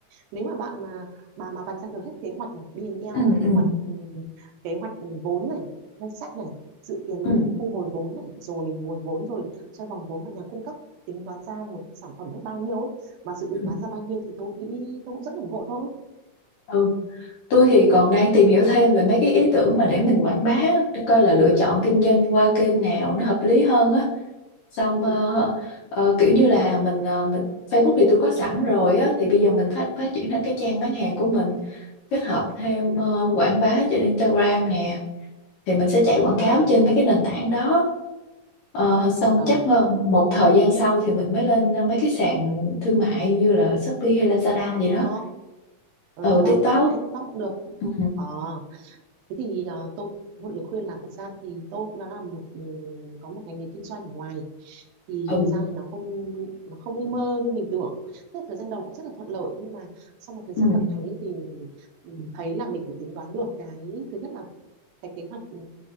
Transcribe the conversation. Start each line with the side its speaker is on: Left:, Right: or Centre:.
Right: nếu mà bạn mà bà mà vạch ra được hết kế hoạch này BNL
Left: ừ
Right: là
Left: ừ
Right: kế hoạch ừm, kế hoạch vốn này ngân sách này dự kiến
Left: ừ
Right: thu hồi vốn này rồi nguồn vốn rồi xoay vòng vốn và nhà cung cấp tính toán ra một sản phẩm hết bao nhiêu ấy và dự định
Left: ừ
Right: bán ra bao nhiêu thì tôi nghĩ tôi cũng rất ủng hộ thôi
Left: ừ. tôi thì còn đang tìm hiểu thêm về mấy cái ý tưởng mà để mình quảng bá để coi là lựa chọn kinh doanh qua kênh nào nó hợp lý hơn á xong
Right: ừ
Left: ờ, ờ, kiểu như là mình ờ, mình Facebook thì tôi có sẵn rồi á thì bây giờ mình phát phát triển ra cái trang bán hàng của mình kết hợp thêm
Right: ừ
Left: ờ, quảng bá trên Instagram nè thì mình sẽ chạy quảng cáo
Right: ừ
Left: trên mấy cái nền tảng đó Ờ, xong
Right: ờ
Left: chắc ờ, một thời gian sau thì mình mới lên ờ, mấy cái sàn thương mại như là Shopee hay Lazada gì
Right: TikTok
Left: đó
Right: ờ,
Left: ừ
Right: TikTok
Left: TikTok
Right: cũng hay TikTok cũng được
Left: ừ
Right: ờ thế thì ờ, tôi cũng một lời khuyên là thật ra thì tôi cũng đã là một ừ, có một ngành nghề kinh doanh ở ngoài thì
Left: ừ
Right: thật ra thì nó không nó không như mơ như mình tưởng thế thời gian đầu cũng rất là thuận lợi nhưng mà sau một thời gian
Left: ừ
Right: vận hành ấy thì mình thấy là mình phải tính toán được cái thứ nhất là cái kế hoạch ừ,